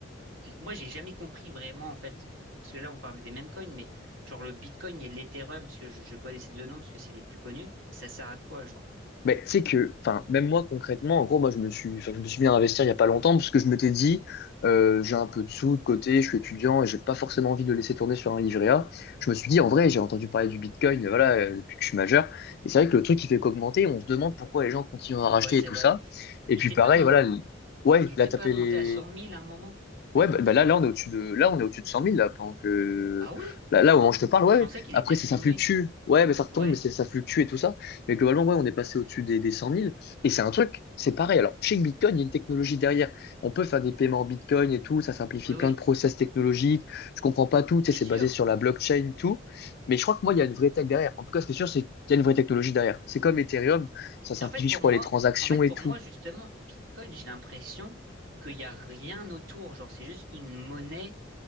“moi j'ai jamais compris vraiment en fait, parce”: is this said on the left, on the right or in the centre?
Right